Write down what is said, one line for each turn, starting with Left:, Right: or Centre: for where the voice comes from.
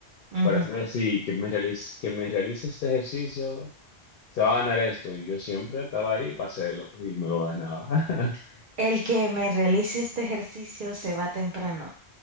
Right: Ujú.
Left: para hacerme así, que me realice, que me realice este ejercicio, se va a ganar esto. Y yo siempre estaba ahí, pasé lo- y me lo ganaba. <laughs>
Right: El que me realice este ejercicio se va temprano.